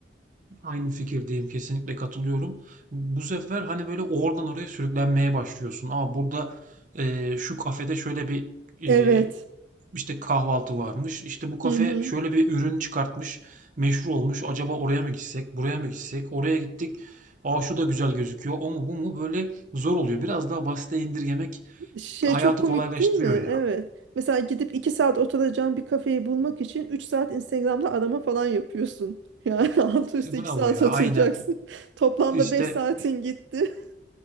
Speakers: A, on the right; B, on the right.
A: Aynı fikirdeyim. Kesinlikle katılıyorum. Bu sefer hani böyle oradan oraya sürüklenmeye başlıyorsun. Aa burada eee, şu kafede şöyle bir eee,
B: Evet.
A: işte kahvaltı varmış. İşte bu kafe
B: Hı hı.
A: şöyle bir ürün çıkartmış. Meşhur olmuş. Acaba oraya mı gitsek? Buraya mı gitsek? Oraya gittik. Aa şu da güzel gözüküyor. O mu bu mu? Böyle zor oluyor. Biraz daha basite indirgemek
B: Şey
A: hayatı
B: çok komik
A: kolaylaştırıyor
B: değil mi? Evet.
A: ya.
B: Mesela gidip iki saat oturacağın bir kafeyi bulmak için üç saat Instagram'da arama falan yapıyorsun. Yani <laughs> altı üstü
A: E, Bravo
B: iki saat
A: ya.
B: oturacaksın.
A: Aynen.
B: <laughs> Toplamda
A: İşte
B: beş saatin gitti.